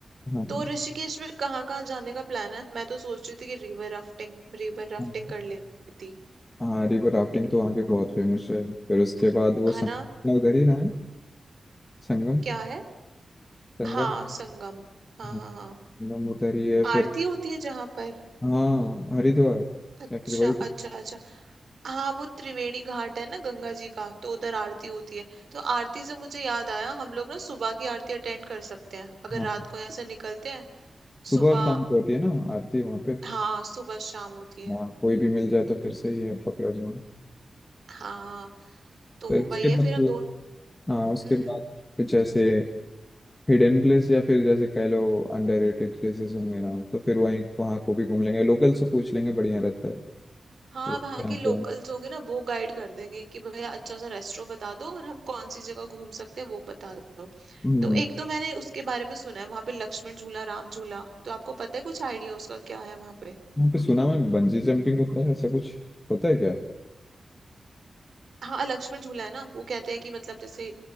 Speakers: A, on the left (about 25°); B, on the right (about 70°).
A: हाँ
B: तो ऋषिकेश में कहाँ कहाँ जाने का प्लान है मैं तो सोच रही थी कि रिवर राफ्टिंग रिवर राफ्टिंग
A: हाँ
B: कर लेती
A: हाँ रिवर राफ्टिंग तो वहाँ की बहुत फेमस है फिर उसके बाद वो
B: है
A: संगम
B: ना
A: उधर ही ना है संगम
B: क्या है
A: संगम
B: हाँ संगम हाँ
A: हाँ,
B: हाँ
A: संगम
B: हाँ
A: उधर ही है फिर
B: आरती होती है जहाँ पर
A: हाँ हरिद्वार
B: अच्छा
A: या फिर वही
B: अच्छा अच्छा हाँ वो त्रिवेणी घाट है ना गंगा जी का तो उधर आरती होती है तो आरती से मुझे याद आया हम लोग ना सुबह की आरती अटेंड कर सकते हैं अगर
A: हाँ
B: रात
A: हाँ
B: को यहाँ से निकलते हैं
A: सुबह
B: सुबह
A: और शाम को होती है ना आरती वहाँ पे
B: हाँ सुबह शाम होती है
A: हाँ कोई भी मिल जाए तो फिर सही है पकड़ा जाए
B: हाँ हाँ तो
A: फिर उसके
B: वही है
A: बाद
B: फिर हम
A: वो- हाँ उसके
B: दोनों
A: बाद कुछ ऐसे हिडन प्लेस या फिर जैसे कह लो अंडररेटेड प्लेसेस होंगे ना तो फिर वहीं वहाँ को भी घूम लेंगे लोकल से पूछ लेंगे बढ़िया रहता है तो
B: हाँ
A: वहाँ
B: वहाँ के लोकल्स
A: पे-
B: होंगे ना वो गाइड कर देंगे कि भैया अच्छा सा रेस्टोरेंट बता दो और हम कौन सी जगह घूम सकते हैं वो बता दो
A: हम्म,
B: तो एक तो मैंने उसके बारे में सुना है वहाँ पे लक्ष्मण झूला राम झूला तो आपको पता है कुछ आइडिया उसका क्या है वहाँ पे
A: वहाँ पे सुना मैं बंजी जंपिंग होता है ऐसा कुछ होता है क्या
B: हाँ लक्ष्मण झूला है ना वो कहते हैं कि मतलब जैसे